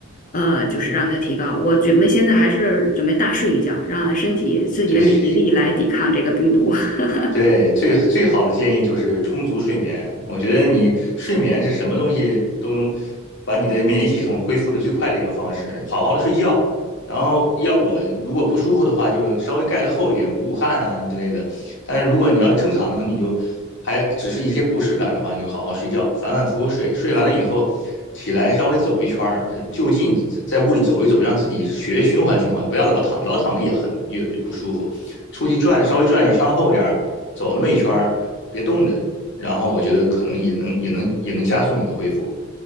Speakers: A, on the left (about 40°); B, on the left (about 55°).
A: 呃，就是让它提高。我准备现在还是准备大睡一觉，让身体自己的免疫力来抵抗这个病毒。
B: 对。
A: <laughs>
B: 对，最最好的建议就是充足睡眠。我觉得你睡眠是什么东西都能把你的免疫系统恢复的最快的一个方式。好好的睡觉，然后要我如果不舒服的话，就稍微盖得厚一点，捂捂汗啊什么之类的。但是如果你要是正常的，你就还只是一些不适感的话，你就好好睡觉，反反复复睡。睡完了以后起来稍微走一圈儿，就近在屋里走一走，让自己血液循环循环，不要老躺，老躺着也很也不舒服。出去转稍微转一下，穿厚点儿。走那么一圈儿，别冻着，然后我觉得可能也能也能也能加速你的恢复。